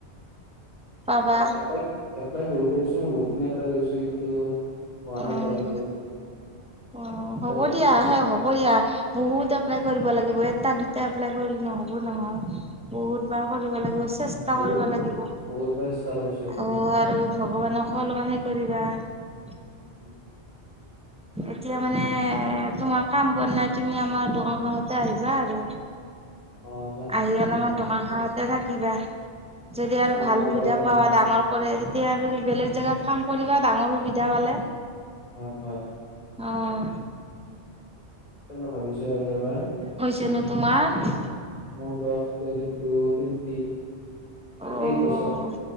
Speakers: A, in the centre; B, on the left.
A: পাবা
B: এপ্লাই কৰিছো মই বহুত খিনি। হয় কৰিছো কিন্তু, হোৱা
A: অ',
B: নাই এতিয়ালৈকে।
A: অ
B: এপ্লাইটো
A: হ'ব দিয়া
B: এপ্লাই
A: হে হ'ব দিয়া বহুত এপ্লাই কৰিব লাগিব। এটা দুটা এপ্লাই কৰিল নহ'ব নহয়, বহুত বাৰ কৰিব লাগিব। চেষ্টা
B: বহুত
A: কৰিব লাগিব
B: বহুত বাৰ চেষ্টা কৰিছো
A: অঁ আৰু ভগৱানক অলমান হেৰি কৰি <unintelligible>
B: <inaudible>
A: এতিয়া মানে তোমাৰ কাম কৰা নাই, তুমি আমাৰ দোকানখনতে আহিবা আৰু।
B: অঁ।
A: আহি অলপমান দোকান খনতে থাকিবা। যদি আৰু
B: চাম
A: ভাল
B: একবাৰ
A: সুবিধা
B: কেনে
A: পাবা
B: হয়
A: ডাঙৰ কৰে তেতিয়া আৰু বেলেগ জেগাত কাম কৰিবা ডাঙৰ সুবিধা পালে।
B: হয় হয়
A: অঁ।
B: তাকে মই ‌ভাবিছো আৰু এবাৰ
A: যেনো তোমাৰ।
B: মোৰ বয়স টুৱেণ্টি টু টুৱেন্টি ম
A: অ
B: ত্ৰিশ বছৰ।